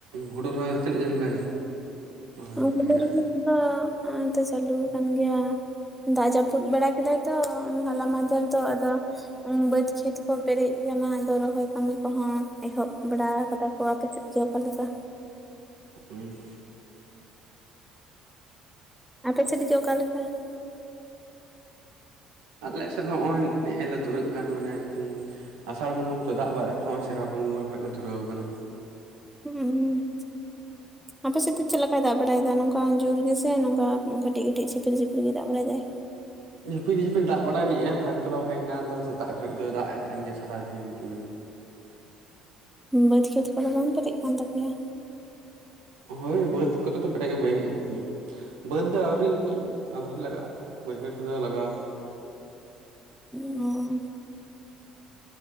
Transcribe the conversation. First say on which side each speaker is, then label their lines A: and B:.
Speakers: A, on the right; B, in the centre.
A: ᱦᱩᱲᱩ ᱨᱚᱦᱚᱭ ᱛᱤᱱᱟᱹᱜ ᱡᱷᱟᱞ ᱯᱮ? ᱨᱚᱦᱚᱭ
B: <unintelligible> ᱫᱚ
A: ᱵᱟᱲᱟ
B: ᱦᱚᱜᱼᱚᱭ
A: ᱠᱮᱜᱼᱟ
B: ᱛᱚ ᱪᱟᱞᱩ ᱠᱟᱱᱟᱱ ᱜᱮᱭᱟ ᱫᱟᱜ ᱡᱟᱯᱩᱫ ᱵᱟᱲᱟ ᱠᱮᱫᱟᱭ ᱛᱚ ᱦᱚᱞᱟ ᱢᱟᱱᱫᱷᱮᱨ <unintelligible> ᱫᱚ ᱟᱫᱚ ᱵᱟᱹᱫᱽ ᱠᱷᱮᱛ ᱠᱚ ᱯᱮᱨᱮᱡ ᱟᱠᱟᱱᱟ ᱟᱫᱚ ᱨᱚᱦᱚᱭ ᱠᱟᱹᱢᱤ ᱠᱚᱦᱚᱸ ᱮᱦᱚᱵ ᱵᱟᱲᱟ ᱟᱠᱟᱫᱟ ᱠᱚ ᱟᱯ ᱥᱮᱫ ᱜᱮ ᱚᱠᱟ ᱞᱮᱠᱟ
A: ᱦᱩᱸ
B: ᱟᱯᱮ ᱥᱮᱫ ᱜᱮ ᱚᱠᱟ ᱞᱮᱠᱟ? <inaudible>
A: ᱟᱞᱮ ᱥᱮᱫ ᱫᱚ ᱱᱚᱜᱼᱚᱭ ᱱᱮᱻᱮ ᱞᱮ ᱫᱷᱩᱨᱟᱹᱜ ᱠᱟᱱ ᱢᱟᱱᱮ ᱟᱥᱟᱲ ᱵᱚᱸᱜᱟ ᱢᱚᱛᱚ ᱫᱟᱜ ᱵᱟᱭ ᱞᱮᱠᱷᱟ ᱱᱚᱼᱚᱭ ᱥᱮ ᱨᱟᱵᱚᱱ ᱵᱚᱸᱜᱟ ᱠᱷᱚᱱᱚᱡ ᱞᱮ ᱫᱷᱩᱨᱟᱹᱣ ᱟᱠᱟᱱᱟ
B: ᱦᱩᱸ ᱟᱯᱮ ᱥᱮᱫ ᱫᱚ ᱪᱮᱫ ᱞᱮᱠᱟᱭ ᱫᱟᱜ ᱵᱟᱲᱟᱭᱮᱫᱟ ᱱᱚᱝᱠᱟᱟᱱ ᱡᱳᱨ ᱜᱮᱥᱮ ᱱᱚᱝᱠᱟ ᱠᱟᱹᱴᱤᱡ ᱠᱟᱹᱴᱤᱡ ᱪᱷᱤᱯᱤᱨ ᱪᱷᱤᱯᱤᱨ ᱜᱮᱭ ᱫᱟᱜ ᱵᱟᱲᱟᱭ ᱫᱟᱭ
A: ᱡᱷᱤᱯᱤᱨᱲ ᱡᱷᱤᱯᱤᱨᱲ ᱫᱟᱜ ᱵᱟᱲᱟᱭ ᱱᱤᱡᱼᱟᱭ ᱯᱷᱟᱸᱠᱟ ᱫᱚ ᱮᱱᱟ ᱫᱚ ᱥᱮᱛᱟᱜ ᱠᱷᱚᱱᱟᱹᱲᱤᱡ ᱫᱚ ᱫᱟᱜ ᱮ ᱛᱟᱦᱮᱱ ᱜᱮᱭᱟ ᱥᱟᱨᱟᱫᱤᱱ ᱫᱚ
B: ᱵᱟᱹᱫᱽ ᱠᱷᱮᱛ ᱠᱚᱫᱚ ᱵᱟᱢ ᱯᱮᱨᱮᱡ ᱠᱟᱱ ᱛᱟᱯᱮᱭᱟ
A: ᱦᱳᱭ ᱵᱟᱹᱫᱽ ᱠᱚᱫᱚ ᱛᱚ ᱜᱮ ᱵᱟᱹᱭ <inaudible> ᱵᱟᱹᱫᱽ ᱫᱚ ᱟᱹᱣᱨᱤ ᱟᱹᱣᱨᱤ ᱞᱟᱜᱟᱜᱼᱟ ᱵᱟᱹᱭᱦᱟᱹᱲ ᱠᱚ ᱫᱚ ᱞᱟᱜᱟᱣ ᱟᱠᱟᱱᱟ᱾
B: ᱚ